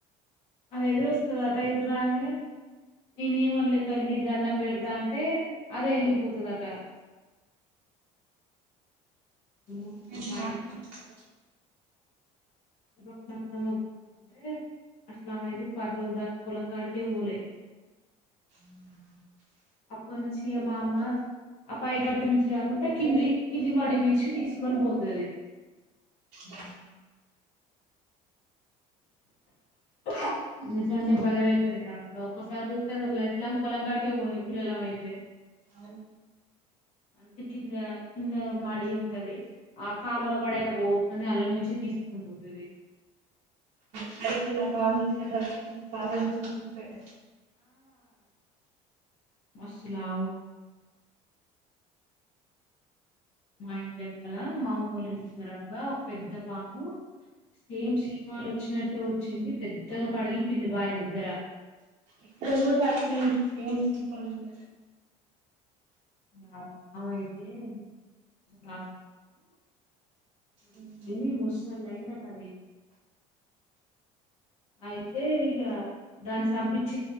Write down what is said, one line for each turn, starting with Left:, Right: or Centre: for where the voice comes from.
Left: అది ఎదురు
Right: పరిస్థితి
Left: వస్తదట ఎదురు రాగంనే నేను ఏం అనలేదు తల్లి నీకు దండం బెడతా అంటే అదే ఎళ్లిపోతదట అమ్మో
Right: కనీసం
Left: మా
Right: మాట
Left: ఇంటి
Right: కూడ ఎత్తలేదు
Left: అప్పుడు అత్తమ్మ కనపడితే అస్లామ్ అయితే పది రోలు దాక పొలం కాడికే పోలే
Right: ఉ
Left: అప్ప నుంచి మా అమ్మ ఆ పై గట్టు మించి కాకుండా కిందియ్యి కింది మడిమ్ మించి తీసుకొని పోతది
Right: బ
Left: హా ఇకే బయ మాహతే రే కస ర ైఫ్లా పలకడకి పిలాలా మాహతే
Right: అవు
Left: అందుే కింద కింద మడి ఉంటది ఆ కాలువల పడయినా పోతుంది అల్ నుంచి తీసుకో పోదుే
Right: కాయితల పాంద దస బర్ కింద క తిన్ బేట
Left: మస్సులా ఉంటదంటారు మా ఇంటి వెనకాల మామూళ ఇంటి దగ్గరక ఒక పెద్ద పాము సేమ్ సినిమాలు వచ్చినట్టే వచ్చింది పెద్దగా పడిగిపోయింది బాయి దగ్గర
Right: ఇక్కడ కూడా అట్లేమ్ సినిమాలు ఉన్న
Left: బవ అయితే ఎంత పె కాస బావు ఎ పడిని
Right: ఉమ్
Left: ముసలైందదవి అయితే ఇక దాన్ని చంపించ